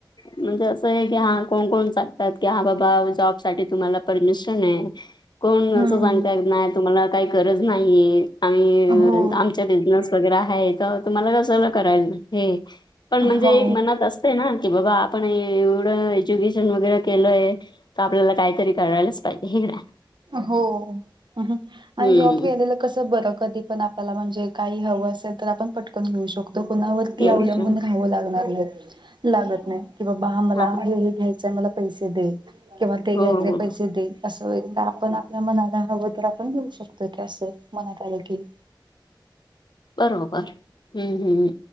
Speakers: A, on the left; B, on the right.
A: म्हणजे असंय की हा कोण कोण सांगतात की हा बाबा जॉब साठी तुम्हाला परमिशन मिळेल. कोण
B: हम्म
A: अस सांगता येत नाय तुम्हाला काही गरज नाहीये आम्ही
B: हो
A: आमच्या बीज. <unintelligible>
B: हो
A: ते ना की बाबा आपण एवढं एज्युकेशन वगैरे केलय. तर आपल्याला काहीतरी करायलाच पाहिजे हे ना.
B: हो आणि
A: हम्म
B: जॉब केलेलं. कसं बरं कधी पण आपल्याला म्हणजे काही हवं असेल तर आपण पटकन घेऊ शकतो. त कोणावरती अवलंबून
A: एवढच हो
B: ऱ्हाव लागणार नाय. लागत नाय की बाबा मला
A: हा
B: हे घ्यायचंय मला पैसे दे किंवा ते
A: हो
B: घ्यायचय
A: हो
B: पैसे दे. असं होईल त आपण आपल्या मनाला हवं तर आपण घेऊ शकतो. कस मनात आलं की.
A: बरोबर हम्म हम्म